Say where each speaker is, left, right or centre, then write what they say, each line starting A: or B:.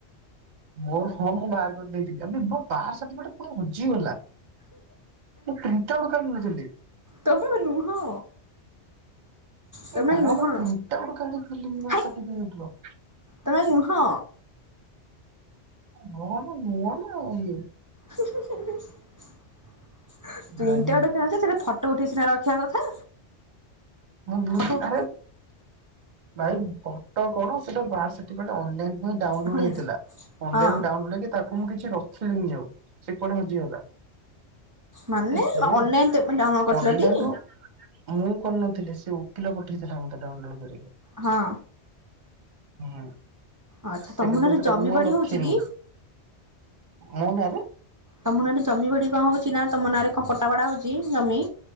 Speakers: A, on the right; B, on the right.
A: ମୋର ହଁ ମୁଁ ବାହାର କରି ଦେଇଥିଲି ଏ ମୋର ବାଥ୍ ସାଠି ପିକେଟେ କୁଆଡେ ହଜିଗଲା। ମୁଁ ପ୍ରିଣ୍ଟନ୍ କାଢି ନଥିଲି।
B: ତମ ନୁହଁ। ତମେ
A: ଏ ଭା
B: ନୁହଁ।
A: ମୁଁ ପ୍ରିଣ୍ଟାଉଟ୍ କାଢ଼ି ପାରିଲିନି ନୂଆ
B: ହେ
A: ସାର୍ଟିଫିକେଟର।
B: ତମେ ନୁହଁ।
A: ହଁ ନା ନୁହଁ ନା ଆଉ ଇଏ।
B: ପ୍ରିଣ୍ଟାଉଟ୍
A: ଭାଇ
B: ଥାଆନ୍ତା ସେଟା ଫଟ ଫଟ ଉଠେକିସିନା ରଖିବା କଥା।
A: ମୋର ଭୁଲୁ
B: ଫଟୋ ଉଠ
A: ଥାଏ। ଭାଇ ବଟ କଣ ସେଟା ବାଥ୍ ସେଠିପିକେଟେ ଅନଲାଇନ ଡାଉନ୍ ଲୋଡ
B: ହୁଁ
A: ହେଇଥିଲା ଅନ୍
B: ହଁ
A: ଲାଇନିରୁ ତାକୁ ମୁଁ କିଛି ରଖିଲିିନି ଆଉ ସେ କୁଆଡେ ହଜିଗଲା।
B: ମାନେ
A: ଏ ହେ
B: ଅନଲାଇନ୍ ପେମେଟେ ଡାଉନଲୋଡ
A: ଅନଲାଇନ
B: କରିଥିଲଟି?
A: ରୁ ମୁଁ କରିନ ଥିଲି ସେ ଓକିଲ ପଠେଇଥିଲା ମତେ ଡାଉନଲୋଡ କରିକି।
B: ହଁ।
A: ହୁଁ
B: ଆଚ୍ଛା
A: ସେ
B: ତମ
A: କିନ୍ତୁ
B: ନାଁରେ
A: ସେଟାକୁ
B: ଜମି
A: ମୁଁ
B: ବାଡି
A: ରଖିନି।
B: ହଉଛି କି?
A: ମୁଁ ନୁ ହେଁ।
B: ତମ ନାଁରେ ଜମି ବାଡି କଣ ହଉଛି ନା ତମ ନାଁରେ କଣ ପଟା ବଡା ହଉଛି ଜମି?